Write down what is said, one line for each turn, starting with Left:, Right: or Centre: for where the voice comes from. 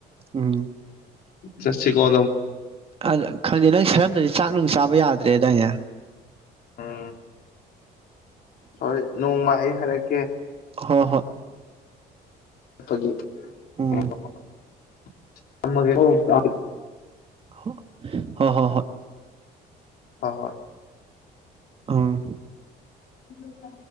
Right: ꯎꯝ
Left: ꯆꯠꯁꯦ ꯀꯣ ꯑꯗꯨꯝ
Right: ꯑꯗ ꯈꯪꯗꯦꯗ ꯅꯣꯢ ꯁꯔ꯭ꯕ ꯗꯤ ꯆꯥꯛ ꯅꯨꯡ ꯆꯥꯕ ꯌꯥꯗ꯭ꯔꯦꯗꯥꯏꯅꯦ
Left: ꯑꯝ ꯍꯣꯏ ꯅꯣꯡꯃ ꯑꯩ ꯍꯥꯏꯔꯛꯀꯦ
Right: ꯍꯣ ꯍꯣꯏ
Left: ꯐꯒꯤ <unintelligible>
Right: ꯎꯝ ꯍꯨꯛ ꯍ ꯍꯣ ꯍꯣꯏ
Left: ꯍꯣ ꯍꯣꯏ
Right: ꯑꯥ
Left: ꯑꯗꯨꯒ